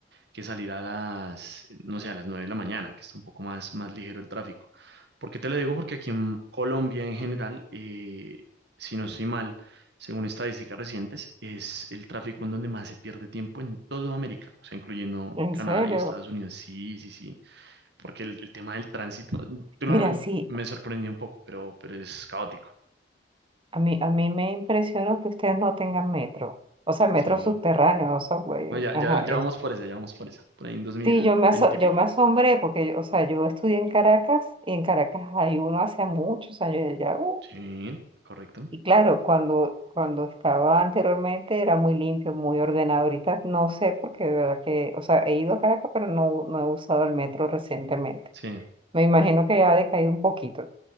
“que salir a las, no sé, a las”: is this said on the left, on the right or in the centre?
Right